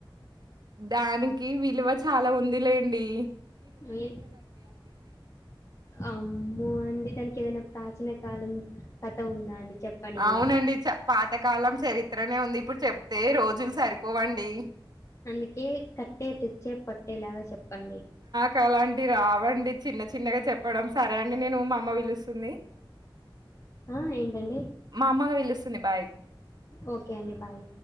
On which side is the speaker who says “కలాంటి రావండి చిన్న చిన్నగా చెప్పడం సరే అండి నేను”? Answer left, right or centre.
Right